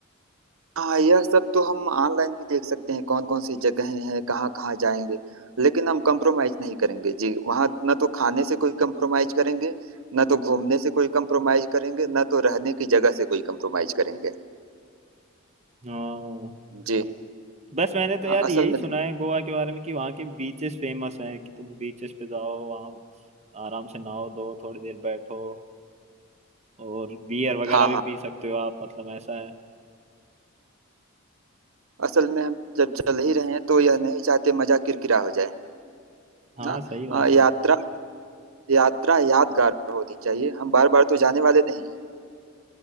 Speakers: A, on the right; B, on the right.
A: हाँ, यह सब तो हम ऑनलाइन भी देख सकते हैं कौन कौन सी जगहें हैं कहाँ कहाँ जाएंगे लेकिन हम कंप्रोमाइज नहीं करेंगे जी वहाँ ना तो खाने से कोई कंप्रोमाइज करेंगे ना तो घूमने से कोई कंप्रोमाइज करेंगे ना तो रहने की जगह से कोई कंप्रोमाइज करेंगे
B: हाँ
A: जी
B: बस मैंने तो यार
A: हाँ असल
B: यही
A: में
B: सुना
A: देखिए
B: है गोवा के बारे में कि वहाँ के बीचेस फेमस हैं कि तुम बीचेस पे जाओ वहाँ आराम से नहाओ धो थोड़ी देर बैठो और बियर वगैरह
A: हाँ
B: भी
A: हाँ
B: पी सकते हो आप मतलब ऐसा है
A: असल में हम जब चल ही रहे हैं तो यह नहीं चाहते मजा किरकिरा हो जाए
B: हाँ
A: ना
B: सही बात
A: आ, यात्रा
B: है
A: यात्रा यादगार होनी चाहिए हम बार बार तो जाने वाले नहीं हैं